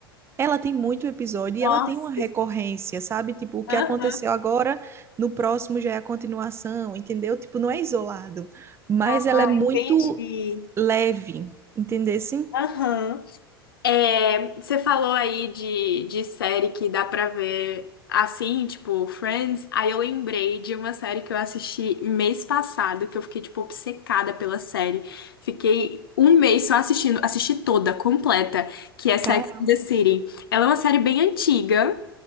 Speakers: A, on the right (about 20°); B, on the left (about 65°).
A: Ela tem muito episódio
B: Nossa.
A: e ela tem uma recorrência, sabe? Tipo, o que
B: Aham.
A: aconteceu agora, no próximo já é a continuação, entendeu? Tipo, não é isolado, mas
B: Ah,
A: ela é muito
B: entendi.
A: leve, entendesse?
B: Aham. É, você falou aí de, de série que dá pra ver assim, tipo Friends. Aí eu lembrei de uma série que eu assisti mês passado, que eu fiquei, tipo, obcecada pela série. Fiquei um mês só assistindo, assisti toda, completa, que é Sex
A: Cara,
B: and the City. Ela é uma série bem antiga.